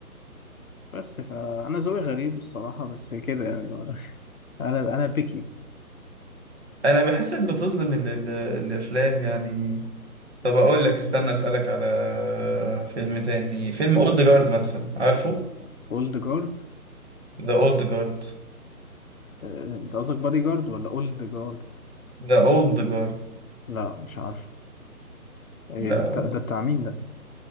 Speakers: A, on the left; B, on the right.
A: بس فانا ذوقي غريب الصراحه بس كده يعني <laughs> انا انا بيكي
B: انا بحسك بتظلم ال ال الافلام يعني طب اقول لك استنى اسالك على فيلم تاني فيلم اولد جارد مثلا عارفه
A: اولد جارد
B: ذا اولد جارد
A: انت قصدك بادي جارد ولا اولد جارد
B: ذا اولد جارد
A: لا مش عارفه ايه
B: ده
A: ده بتاع ده بتاع مين ده